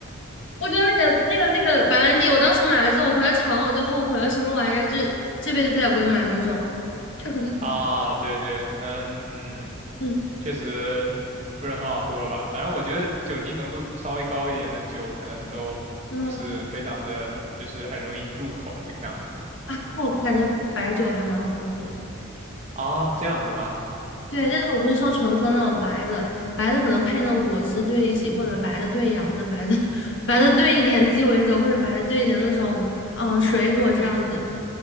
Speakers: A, on the left (about 60°); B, on the right (about 30°).
A: 我觉得那个那个那个白兰地，我当时买了之后，我回来尝了，我就后悔了，什么玩意儿？就是这辈子再也不会买那种，太可怕了。
B: 啊，对对，可能嗯，
A: 嗯，
B: 确实不是很好喝吧。反正我觉得酒精浓度稍微高一点的酒，可能都不是非常的，
A: 真的，
B: 就是很容易入口这个样子。
A: 啊，我感觉白酒还蛮好喝的。
B: 啊，这样子吗？
A: 对，但是我不是说纯喝那种白的，白的可能配那种果汁兑一起，或者白的兑洋的，白的 <laughs> 白的兑一点鸡尾酒，或者白的兑一点那种嗯水果这样子，